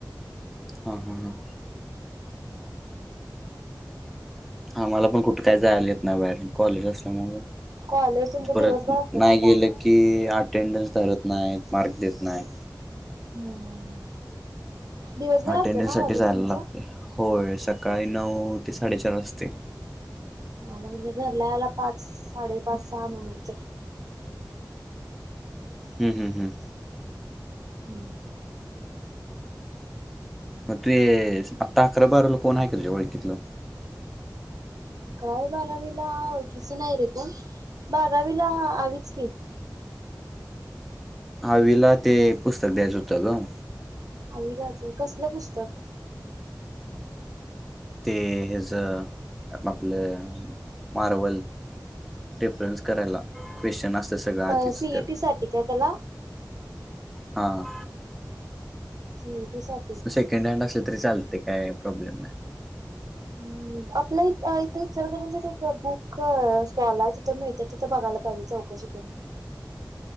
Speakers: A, in the centre; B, on the right.
A: हा हा हा हा मला पण कुठे काय जायले येत ना बाहेर कॉलेज असल्यामुळे.
B: कॉलेज तुमचं
A: परत
B: दिवसभर असतं
A: नाही
B: ना त्यामुळं.
A: गेल की आठ अटेंडन्स धरत नाहीत मार्क देत नाही.
B: हम्म. दिवसभर
A: अटेंडन्स
B: असते ना
A: साठी
B: कॉलेज
A: जायला
B: तुमच?
A: लागते होय सकाळी नऊ ते साडेचार वाजते.
B: हा मग म्हणजे घरला याला पाच साडेपाच सहा म्हणायचे.
A: हम् हम् हम
B: हम्म
A: मग ते आता अकरा बारावीला कोण आहे का तुझ्या ओळखीतल?
B: अकरावी बारावीला ओळखीच नाही रे कोण बारावीला अवी च की.
A: आवीला ते पुस्तक द्यायच होत ग.
B: आवीलाच आहे. कसल पुस्तक?
A: ते याच आपल मार्वल. रेफरन्स करायला क्वेश्चन असत सगळ आधीच
B: अ सीईटी
A: त्यात.
B: साठी काय त्याला?
A: हां
B: सी ई टी स
A: सेकंड हँड असले तरी चालते काय प्रॉब्लेम नाय.
B: हम्म आपल्या इथ इचलकरंजीत एक बुक स्टॉल हाय तिथं मिळत्यात तिथं बघायला पाहिजे चौक शी करून